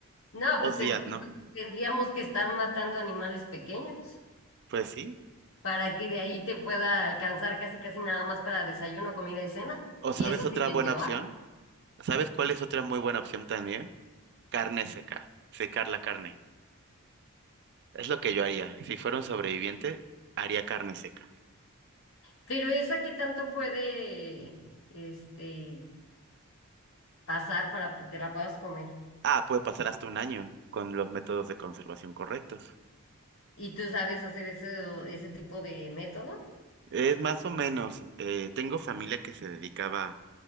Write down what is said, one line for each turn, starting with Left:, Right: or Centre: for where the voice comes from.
Left: No,
Right: Dos
Left: pues ten-
Right: días, ¿no?
Left: tendríamos que estar matando animales pequeños.
Right: Pues sí.
Left: para que de ahí te pueda alcanzar casi casi nada más para desayuno, comida y cena.
Right: ¿O
Left: Y
Right: sabes
Left: eso si
Right: otra
Left: bien
Right: buena
Left: te
Right: opción?
Left: va.
Right: ¿Sabes cuál es otra muy buena opción también? Carne seca, secar la carne. Es lo que yo haría. Si fuera un sobreviviente, haría carne seca.
Left: Pero esa que tanto puede este, pasar para que te la puedas comer.
Right: Ah, puede pasar hasta un año con los métodos de conservación correctos.
Left: ¿Y tú sabes hacer ese, ese tipo de método?
Right: Es más o menos, eh, tengo familia que se dedicaba,